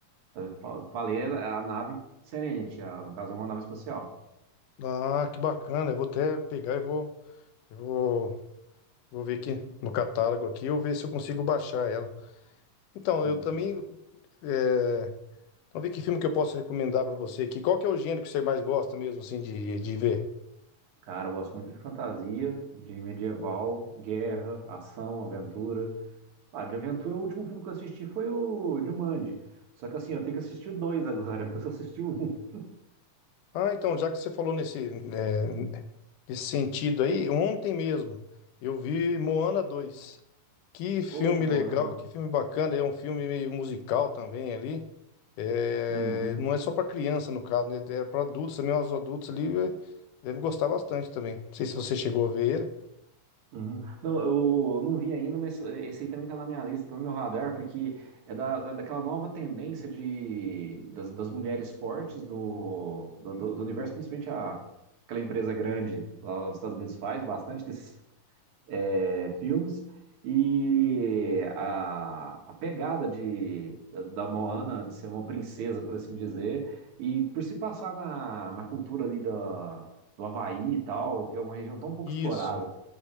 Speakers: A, on the right (about 70°); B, on the left (about 90°).
A: Eu fa- eu falei a a nave Serenity, a- no caso é uma nave espacial.
B: Ah, que bacana. Eu vou até pegar e vou, eu vou, vou ver aqui no catálogo aqui, eu ver se eu consigo baixar ela. Então,
A: Uhum.
B: eu também, é, vamos ver que filme que eu posso recomendar pra você aqui. Qual que é o gênero que você mais gosta mesmo, assim, de, de ver?
A: Cara, eu gosto muito de fantasia, de medieval, guerra, ação, aventura. Ah, de aventura, o último filme que eu assisti foi o Jumanji. Só que assim, eu tenho que assistir o dois agora, <laughs> porque eu só assisti o um.
B: Ah, então, já que você falou nesse, é, nesse sentido aí, ontem mesmo eu vi Moana dois. Que filme
A: Ô, Moana.
B: legal, que filme bacana. É um filme meio musical também ali. É,
A: Uhum.
B: não é só para criança, no caso, né? É para adultos também. Os adultos ali eh, devem gostar bastante também. Não sei se você chegou a ver ele.
A: Uhum. Não, eu não vi ainda, mas esse aí também tá na minha lista, tá no meu radar, porque é da, da- daquela nova tendência de, das, das mulheres fortes do, do, do- do universo, principalmente a, aquela empresa grande lá dos Estados Unidos faz bastante desses é, filmes, e a, a pegada de, da, da Moana, de ser uma princesa, por assim dizer, e por se passar na, na cultura ali da, do Havaí e tal, que é uma região tão pouco explorada
B: Isso.